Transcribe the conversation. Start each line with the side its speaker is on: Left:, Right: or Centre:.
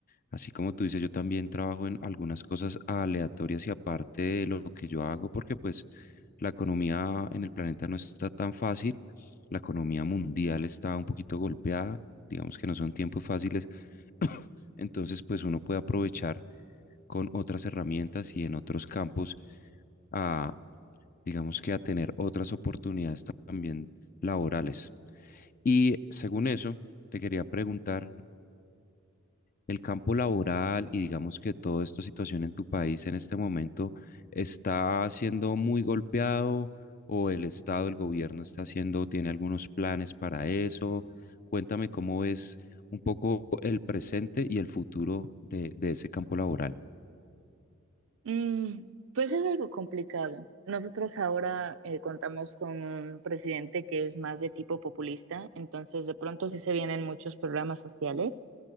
Left: Así como tú dices, yo también trabajo en algunas cosas aleatorias y aparte de lo que yo hago, porque pues la economía en el planeta no está tan fácil. La economía mundial está un poquito golpeada. Digamos que no son tiempos fáciles. Entonces, pues uno puede aprovechar con otras herramientas y en otros campos a, digamos que a tener otras oportunidades también laborales. Y según eso, te quería preguntar, el campo laboral y digamos que toda esta situación en tu país en este momento está siendo muy golpeado o el Estado, el gobierno está haciendo, tiene algunos planes para eso. Cuéntame cómo es un poco el presente y el futuro de, de ese campo laboral.
Right: Mm, pues es algo complicado. Nosotros ahora eh, contamos con un presidente que es más de tipo populista, entonces de pronto sí se vienen muchos programas sociales.